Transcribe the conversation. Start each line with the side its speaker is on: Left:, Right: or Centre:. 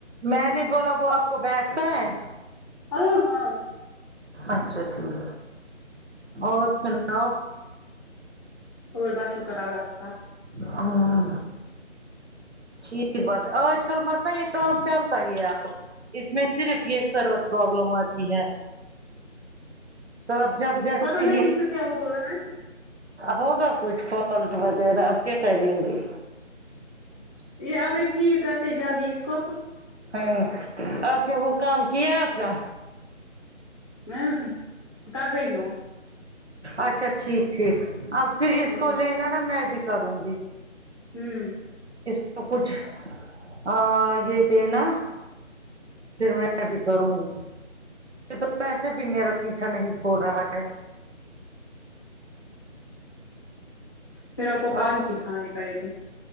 Right: میں نے بولا وہ آپ کو بیٹھتا ہے
Left: ہاں ہاں
Right: اچھا ٹھیک اور سناؤ
Left: اور بس شکر الله کا
Right: ہاں ٹھیک بات آج کل مت آیے کام چلتا ہی ہے آب اس میں صرف یہ سرورت پرابلم آتی ہے تو اب جب جیسے
Left: پتا نہیں
Right: ہی
Left: اس میں کیا ہوا ہے
Right: ہوگا کچھ فالٹ وغیرہ اب کیا کریں گے
Left: <unintelligible> ا آبھائی ٹھیک کرتے جلدی اس کو
Right: ہوں آپ نے وہ کام کیا اپنا
Left: ہوں کر رہی ہوں
Right: اچھا ٹھیک ٹھیک اب پھر اس
Left: ہوں
Right: کو لینا نا میں بھی کروں گی
Left: ہوں
Right: اس کو کچھ آا یہ دینا پھر میں بھی کروں گی یہ تو ویسے بھی میرا پیچھا نہیں چھوڑ رہا ہے
Left: بھیڑوں کو کال
Right: اور
Left: ہی دکھانی پڑے گی